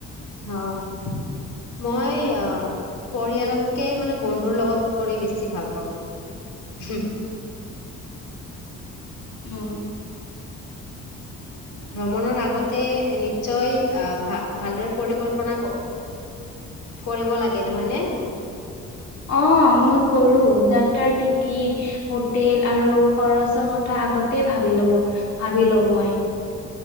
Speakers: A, on the left (about 80°); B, on the left (about 55°).
A: হয়। মই, পৰিয়ালতকৈ মানে বন্ধুৰ লগত কৰি বেছি ভাল পাওঁ। হুম।
B: অ'।
A: ভ্ৰমণৰ আগতে নিশ্চয় আহ', ভা -ভালদৰে পৰিকল্পনা কৰিব লাগে নহয় নে?
B: অ', মই কৰোঁ যাত্ৰাৰ টিকিট হোটেল আৰু খৰচৰ কথা আগতে ভাবি লব, ভাবি লওঁ মই।